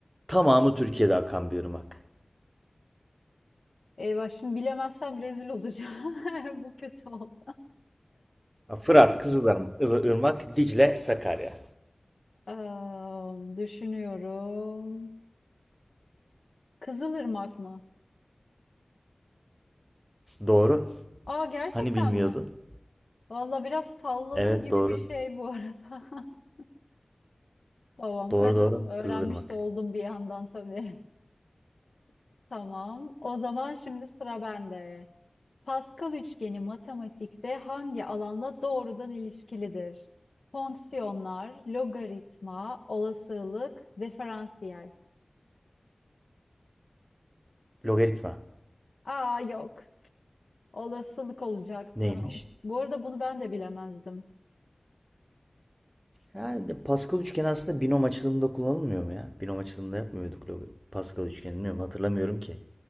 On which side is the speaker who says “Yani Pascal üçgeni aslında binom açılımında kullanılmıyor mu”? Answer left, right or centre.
Right